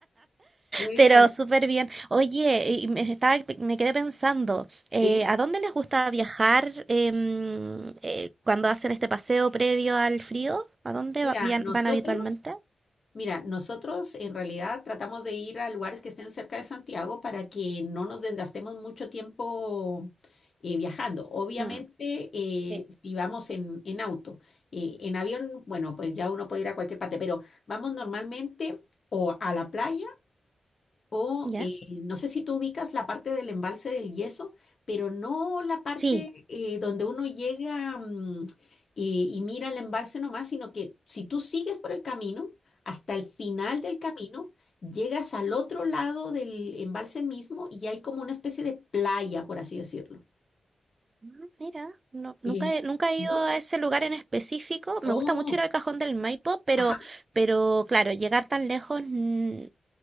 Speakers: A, on the left; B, on the right.
A: Buena,
B: Pero súper bien. Oye, y me, estaba, me quedé pensando,
A: sí.
B: eh, ¿a dónde les gusta viajar em, eh, cuando hacen este paseo previo al frío? ¿A dónde
A: Mira,
B: va- vian-
A: nosotros.
B: van habitualmente?
A: Mira, nosotros en realidad tratamos de ir a lugares que estén cerca de Santiago para que no nos desgastemos mucho tiempo eh, viajando. Obviamente,
B: Mm,
A: eh,
B: sí.
A: si vamos en, en auto, eh, en avión, bueno, pues ya uno puede ir a cualquier parte, pero vamos normalmente o a la playa o
B: ¿Ya?
A: eh, no sé si tú ubicas la parte del embalse del yeso, pero no la parte
B: Sí,
A: eh, donde uno llega mm, y y mira el embalse nomás, sino que si tú sigues por el camino, hasta el final del camino, llegas al otro lado del embalse mismo y hay como una especie de playa, por así decirlo.
B: Ah, Mira, no- nunca
A: Eh,
B: he, nunca he
A: ¿no?
B: ido a ese lugar en específico. Me
A: Oh,
B: gusta mucho ir al Cajón del Maipo, pero,
A: ajá,
B: pero claro, llegar tan lejos, mm,